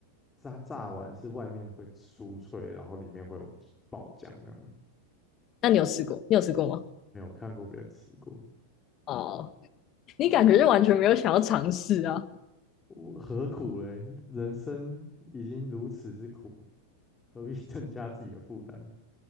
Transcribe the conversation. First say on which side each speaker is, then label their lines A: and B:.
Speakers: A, on the left; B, on the left.
A: 炸炸完是外面会酥脆，然后里面会有爆浆那种，
B: 那你有吃过？你有吃过吗？
A: 没有看过别人吃过。
B: 哦，你感觉就完全没有想要尝试啊？
A: 我何苦嘞？人生已经如此之苦，何必 <laughs> 增加自己的负担，